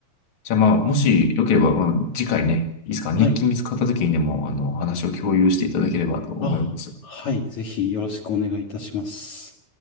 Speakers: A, on the left; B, on the left.
A: じゃあまあ、もしよければ、まあ、次回ね、いいですか、日記見つかった時にでも、
B: はい。
A: あの、お話を共有していただければと思います。
B: あ、はい。ぜひよろしくお願いいたします。